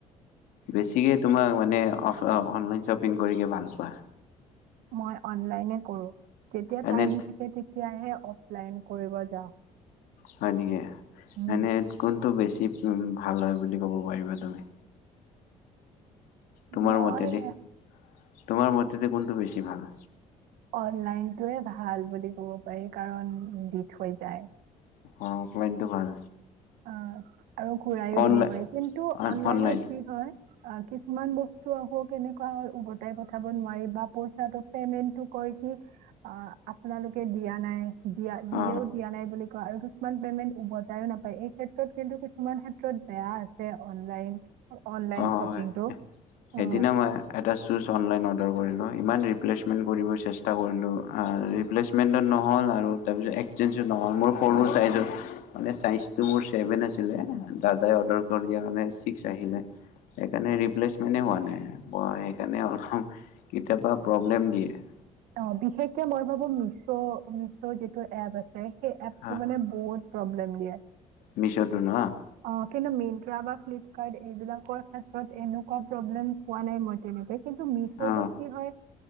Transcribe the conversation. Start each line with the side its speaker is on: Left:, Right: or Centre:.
Left: বেছিকে তোমাক মানে অফ অ' অনলাইন শ্বপিং কৰি কিয় ভাল পোৱা।
Right: মই অনলাইনে কৰো। যেতিয়া‌
Left: এনে
Right: টাইম থাকে তেতিয়াহে অফলাইন কৰিব যাওঁ।
Left: হয় নেকি,
Right: উম,
Left: এনেই কোনটো বেছি উ- ভাল হয় বুলি ক'ব পাৰিবা তুমি। তোমাৰ
Right: মই
Left: মতে দেই, তোমাৰ মতেদি কোনটো বেছি ভাল?
Right: অনলাইনটোৱে ভাল বুলি ক'ব পাৰি, কাৰণ দি থৈ যায়।
Left: অ' অফলাইন তো ভাল।
Right: অ' আৰু ঘূৰাইও
Left: অনলাইন
Right: দিব পাৰি, কিন্তু অনলাইনত
Left: অনলাইন
Right: কি হয় অ' কিছুমান বস্তু আকৌ কেনেকুৱা হয়, উভতাই পঠাব নোৱাৰি বা পইচাটো পেমেন্টো কয় কি অ' আপোনালোকে দিয়া নাই। দিয়া- দিলেও
Left: অ
Right: দিয়া নাই বুলি কয় আৰু কিছুমান পেমেণ্ট উভতাইও নাপাওঁ। এই ক্ষেত্ৰত, কিন্তু কিছুমান ক্ষেত্ৰত বেয়া আছে অনলাইন। অনলাইন
Left: অ
Right: শপিংটো
Left: হয়
Right: অ'।
Left: সেইদিনা মই এটা শ্বুজ অনলাইন অৰ্ডাৰ কৰিলোঁ। ইমান ৰিপ্লেচমেণ্ট কৰিব চেষ্টা কৰিলোঁ, ৰিপ্লেচমে -মেণ্ট ও নহ'ল আৰু তাৰপিছত এক্সেঞ্চ ও নহ'ল মোৰ সৰু ছাইজৰ। মানে ছাইজ টো মোৰ চছেভেন আছিলে, দাদাই অৰ্ডাৰ কৰি দিয়া কাৰণে ছিক্স আহিলে। সেইকাৰণে ৰিপ্লেচমেণ্টে এ হোৱা নাই, সেইকাৰণে অলপ কেতিয়াবা প্ৰব্লেম দিয়ে।
Right: অ' বিশেষকে মই ভাবো মিছৌ' মিছৌ' যিটো এপ আছে, সেই এপটো
Left: হা
Right: মানে বহুত প্ৰব্লেম দিয়ে,
Left: মিছতো ন
Right: অ' কিন্তু মিন -ট্ৰা বা ফ্লিপকাৰ্ট এইবিলাকৰ ক্ষেত্ৰত এনেকুৱা প্ৰব্লেম পোৱা নাই মই তেনেকে। কিন্ত মিছৌটোত
Left: অ
Right: কি হয়,